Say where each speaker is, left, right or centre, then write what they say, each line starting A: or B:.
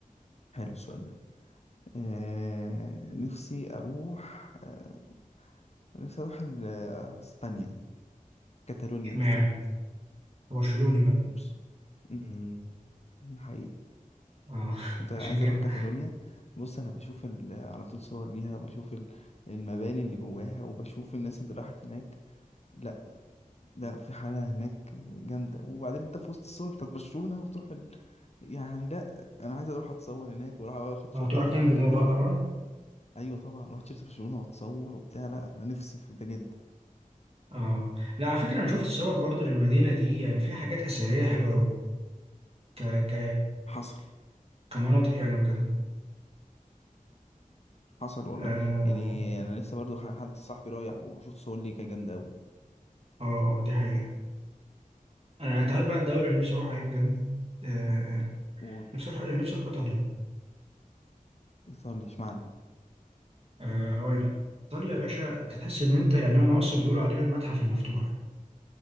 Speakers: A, on the left; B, on the right.
A: حلو السؤال ده آه نفسي أروح آه نفسي أروح ال- آه، إسبانيا كاتالونيا
B: اشمعنى
A: بالذات
B: أنت برشلوني بقى
A: بص- مم، حقيقي
B: آه <laughs>
A: انت عايز
B: عشان كده
A: اروح كاتالونيا بص انا بشوف ال- على طول صور ليها وبشوف ال- المباني اللي جواها وبشوف الناس اللي راحت هناك لا لا في حالة هناك جامدة وبعدين انت في وسط الصور بتاعت برشلونة وتروح ال... يعني لا انا عايز اروح اتصور هناك واروح اخد شيرت
B: اه تروح
A: برشلونة
B: كامب
A: كده
B: نو بقى
A: و...
B: طبعا
A: ايوه طبعا رحت شيرت برشلونة واتصور وبتاع لا انا نفسي في ده جدا
B: اه لا على فكره انا شفت صور برضو للمدينه دي يعني فيها حاجات اثريه حلوه قوي ك ك
A: حصل
B: كمناطق يعني وكده
A: حصل والله
B: اه
A: يعني انا لسه برضو ح- حد صاحبي رايح وشوت صور ليه كانت جامدة اوي
B: اه آه، دي حقيقه انا انت عارف بقى الدوله اللي نفسي اروحها ايه بجد آه
A: قول
B: نفسي اروح نفسي اروح ايطاليا
A: صور لي اشمعنى
B: آه هقول لك ايطاليا يا باشا انت تحس ان انت يعني هم اصلا بيقولوا عليها المتحف المفتوح